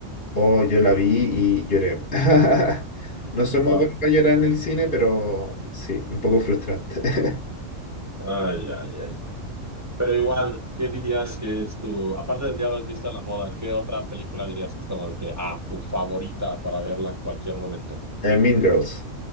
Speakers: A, on the left; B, on the right.
A: Oh, yo la vi y lloré. <laughs> No soy muy
B: Wow.
A: bueno para llorar en el cine, pero sí, un poco frustrante. <laughs>
B: Ay, ay, ay, ay. Pero igual, ¿qué dirías que es tu, aparte del Diablo has visto a la moda, ¿qué otra película dirías que es como de que, ah, tu favorita para verla en cualquier momento?
A: Eh, Mean Girls,